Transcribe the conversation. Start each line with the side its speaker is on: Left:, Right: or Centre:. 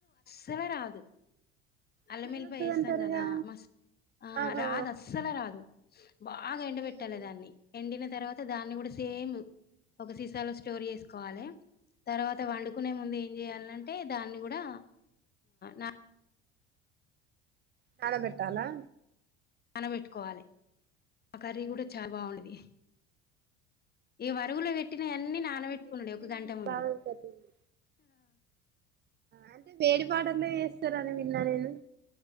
Left: తేవా రాదు అలమేలిపాయై
Right: స్మెల్ వస్తదంటారుగా
Left: వేస్తాం కదా మస్ ఆ
Right: ఆహా
Left: రాదు అస్సలు రాదు బాగా ఎండ పెట్టాలే
Right: ఈగలు
Left: దాన్ని ఎండిన తర్వాత దాన్ని కూడా సేమ్ ఒక సీసాలో స్టోర్ చేసుకోవాలే తర్వాత
Right: ఆ
Left: వండుకునే ముందు ఏం చేయాలంటే దాన్ని కూడా నా
Right: నానా పెట్టాలా
Left: నానబెట్టుకోవాలే ఆ కర్రీ కూడా
Right: ఓకే
Left: చాలా బాగుండది ఈ వరువులో పెట్టిన అన్ని నానబెట్టుకున్నాడు
Right: ఎక్స్పీరియన్స్
Left: ఒక గంట ముందు
Right: బాగుంటటుంది అంటే వేడిపాటల్లో చేస్తార అని విన్నా నేను